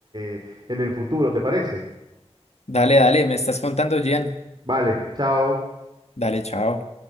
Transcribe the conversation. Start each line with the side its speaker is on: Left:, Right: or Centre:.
Right: eh, en el futuro, ¿te parece?
Left: Dale, dale, me estás contando, Gian.
Right: Vale, chao.
Left: Dale, chao.